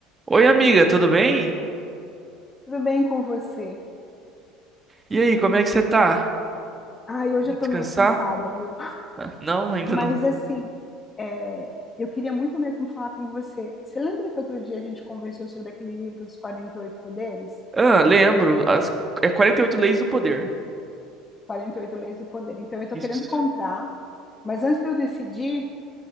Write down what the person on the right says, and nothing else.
Oi, amiga, tudo bem?
E aí, como é que você tá?
Descansar?
Ah, Não, ainda
não.
Ah, lembro. As... É 48 Leis do Poder.
Isso.